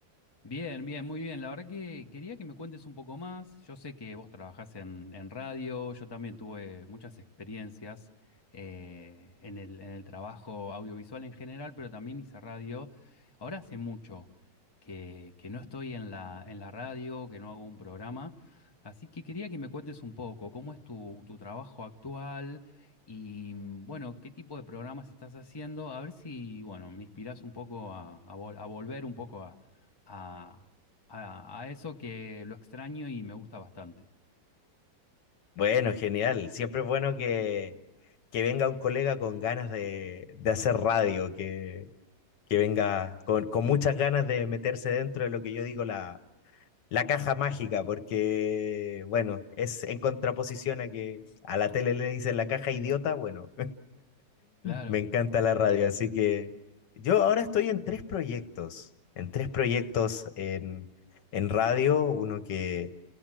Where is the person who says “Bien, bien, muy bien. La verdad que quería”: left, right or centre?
Left